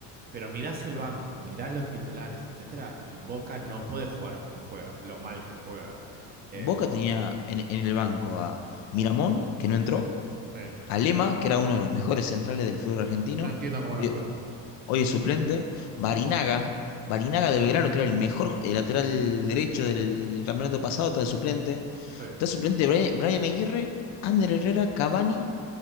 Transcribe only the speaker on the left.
Boca tenía en, en el banco a Miramón, que no entró,
a Lema, que era uno de los mejores centrales del fútbol argentino,
hoy,
hoy es suplente, Barinaga, Barinaga
de Belgrano, que era el mejor eh, lateral derecho del, del campeonato pasado, está de suplente,
está suplente Bri- Brian Aguirre, Ander Herrera, Cavani